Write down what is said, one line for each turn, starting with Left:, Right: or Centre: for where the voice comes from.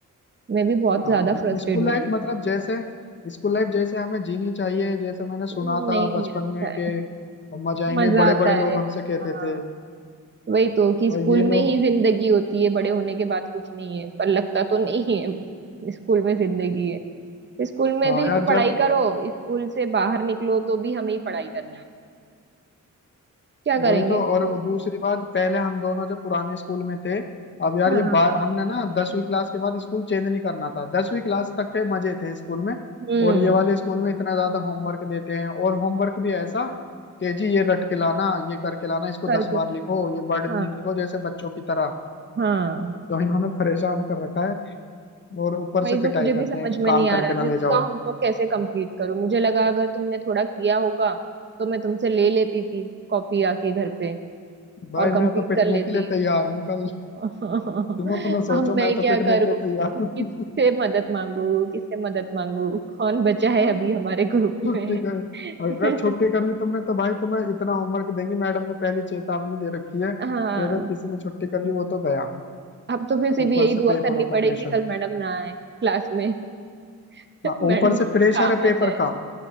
Right: मैं भी बहुत ज्यादा
Left: हाँ
Right: फ्रस्ट्रेट
Left: स्कूल
Right: हो
Left: लाइफ
Right: रही हूँ
Left: मतलब जैसे स्कूल लाइफ जैसे हमें जीनी चाहिए जैसे मैंने सुना
Right: हम्म, नहीं
Left: था बचपन
Right: मिलता
Left: में
Right: है
Left: कि हम मजा आएंगे
Right: मजा
Left: बड़े
Right: आता
Left: बड़े लोग
Right: है
Left: हमसे कहते
Right: हाँ
Left: थे
Right: वही तो कि
Left: और
Right: स्कूल
Left: ये लोग
Right: में ही जिंदगी होती है बड़े होने के बाद कुछ नहीं है पर लगता तो नहीं है स्कूल में जिंदगी है स्कूल में
Left: हाँ
Right: भी
Left: यार
Right: पढ़ाई
Left: जब
Right: करो स्कूल से बाहर निकलो तो भी हमें ही पढ़ाई करनी है क्या करेंगे
Left: वही तो और दूसरी बात पहले हम दोनों जब पुराने स्कूल में थे अब यार
Right: हाँ
Left: ये बार हमने ना दसवीं क्लास के बाद स्कूल चेंज नहीं करना था दसवीं क्लास तक के मजे थे स्कूल में
Right: हम्म
Left: और ये वाले स्कूल में इतना ज्यादा होमवर्क देते हैं और होमवर्क भी ऐसा कि जी ये रट के लाना ये करके लाना इसको
Right: करके
Left: दस बार लिखो ये वर्ड
Right: हाँ
Left: मीनिंग लिखो जैसे बच्चों की तरह
Right: हाँ
Left: तो इन्होंने परेशान कर रखा है और ऊपर
Right: वही
Left: से
Right: तो
Left: पिटाई
Right: मुझे भी
Left: करते
Right: समझ
Left: हैं
Right: में
Left: काम
Right: नहीं आ
Left: करके
Right: रहा है
Left: ना
Right: अभी उसका
Left: ले जाओ
Right: होमवर्क कैसे कंप्लीट करूं मुझे लगा अगर तुमने थोड़ा किया होगा तो मैं तुमसे ले लेती थी कॉपी आके घर पे
Left: भाई
Right: और कंप्लीट
Left: मैं तो पिटने
Right: कर लेती
Left: के लिए तैयार हूँ कल
Right: <laughs>
Left: तुम अपना
Right: अब
Left: सोचो
Right: मैं
Left: मैं तो
Right: क्या
Left: पिटने
Right: करूं
Left: के लिए तैयार
Right: किससे
Left: हूँ
Right: मदद मांगू किससे मदद मांगू कौन बचा
Left: <laughs>
Right: है अभी हमारे ग्रुप
Left: छुट्टी
Right: में
Left: कर
Right: <laughs>
Left: अगर छुट्टी कर ली तुमने तो भाई तुम्हें इतना होमवर्क देंगी मैडम ने पहली चेतावनी दे रखी है कि
Right: हाँ
Left: अगर किसी ने छुट्टी कर ली वो तो गया
Right: अब तो फिर से
Left: ऊपर
Right: भी यही
Left: से
Right: दुआ
Left: पेपरों
Right: करनी
Left: का
Right: पड़ेगी
Left: प्रेशर
Right: कल मैडम ना आए क्लास में <laughs>
Left: हाँ
Right: मैडम
Left: ऊपर से
Right: को कुछ
Left: प्रेशर
Right: काम
Left: है पेपर
Right: आ जाए
Left: का